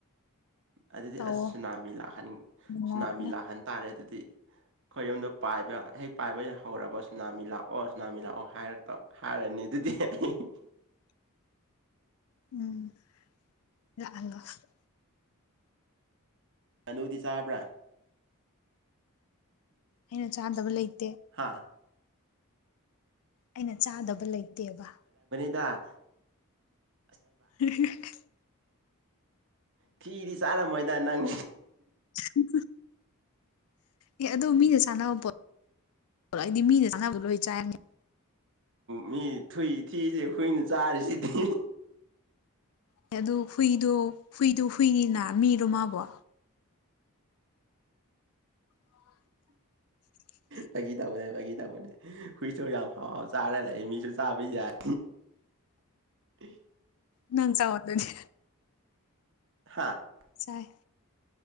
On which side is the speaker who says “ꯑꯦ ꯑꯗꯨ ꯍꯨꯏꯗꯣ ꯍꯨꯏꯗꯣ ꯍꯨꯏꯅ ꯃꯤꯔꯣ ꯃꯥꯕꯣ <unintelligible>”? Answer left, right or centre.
Left